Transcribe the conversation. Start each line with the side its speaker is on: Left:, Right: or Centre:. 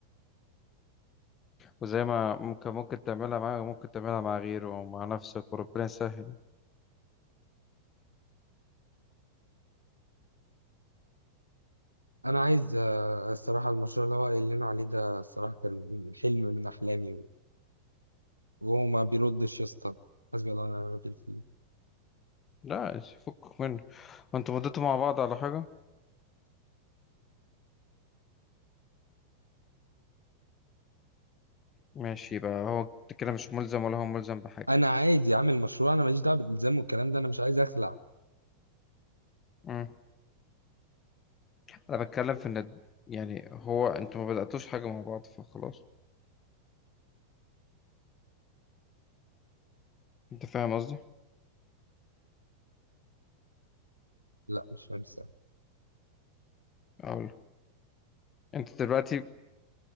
Left: وزي ما ممكن ممكن تعملها معاه ممكن تعملها مع غيره او مع نفسك وربنا يسهل
Right: انا عايز آه، الصراحه المشروع اللي هو قايل لنا عليه ده الصراحه كان حلم من احلامي وهو ما بيردش يا اسطى حسبي الله ونعم الوكيل فيه
Left: لا فكك منه وانتوا مضيتوا مع بعض على حاجة ماشي يبقى هو كده مش ملزم ولا هو ملزم بحاجة
Right: انا عادي اعمل مشروع انا ماليش دعوه بالالزام والكلام ده انا مش عايز اخلع
Left: مم. انا بتكلم في ان يعني هو انتوا ما بدأتوش حاجة مع بعض فخلاص انت فاهم قصدي
Right: لا مش فاهم السبب.
Left: اقول انت دلوقتي